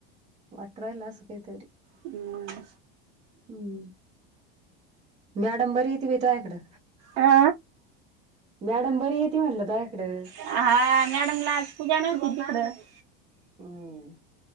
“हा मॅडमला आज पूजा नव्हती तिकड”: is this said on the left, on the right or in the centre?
Right